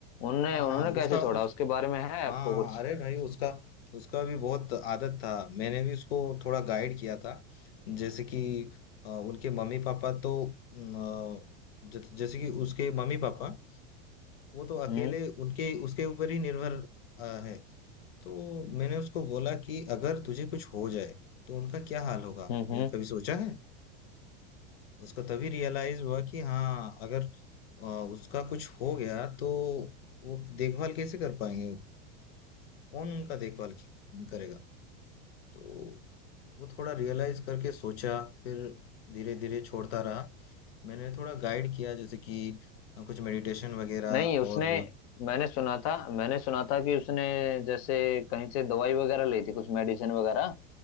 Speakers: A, on the left; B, on the left.
A: उनने
B: हाँ
A: उन्होंने
B: हाँ
A: कैसे
B: उसका
A: छोड़ा
B: उस
A: उसके बारे में है आपको
B: हाँ
A: कुछ
B: हाँ, अरे भाई उसका उसका भी बहुत आदत था मैंने भी उसको थोड़ा गाइड किया था जैसे कि अ, उनके मम्मी पापा तो न, अ, ज- जैसे कि उसके मम्मी पापा वो तो अकेले
A: हम्म
B: उनके उसके ऊपर ही निर्भर अ, है तो मैंने उसको बोला कि अगर तुझे कुछ हो जाए तो उनका क्या हाल होगा
A: हम्म
B: ये
A: हम्म।
B: कभी सोचा है उसको तभी रियलाइज हुआ कि हाँ अगर अ, उसका कुछ हो गया तो वो देखभाल कैसे कर पाएंगे कौन उनका देखभाल की- करेगा तो वो थोड़ा रियलाइज करके सोचा फिर धीरे धीरे छोड़ता रहा मैंने थोड़ा गाइड किया जैसे कि अ, कुछ मेडिटेशन वगैरह
A: नहीं उसने
B: और
A: मैंने सुना था मैंने सुना था कि उसने जैसे कहीं से दवाई वगैरह ली थी कुछ मेडिसिन वगैरह